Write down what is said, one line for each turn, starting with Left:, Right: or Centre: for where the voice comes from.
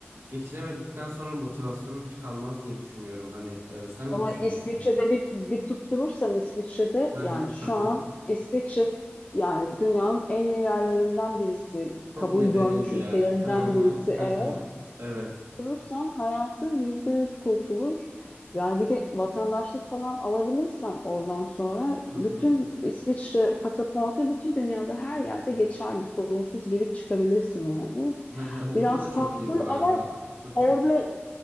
Right: Geçinemedikten sonra motivasyonum hiç kalmaz diye düşünüyorum. Hani e, sen ne
Left: Ama
Right: düşünüyorsun?
Left: İsviçre'de bir, bir tutturursan İsviçre'de
Right: Hı
Left: yani
Right: hı
Left: şu
Right: hı. hı.
Left: an İsviçre yani dünyanın en iyi yerlerinden birisi. Kabul
Right: Çok medeni
Left: görmüş
Right: bir
Left: ülkelerinden
Right: yer. Hı hı
Left: birisi
Right: hı
Left: evet.
Right: hı. Evet.
Left: kurursan hayatın yüzde yüz kurtulur. Yani bir de vatandaşlık falan alabilirsen oradan sonra bütün
Right: Hı hı.
Left: İsviçre pasaportu bütün dünyada her yerde geçerli. Sorunsuz girip çıkabilirsin yani.
Right: Hı hı. Okul
Left: Biraz
Right: da çok
Left: pahalı
Right: iyi bu arada.
Left: ama
Right: Hı hı
Left: orada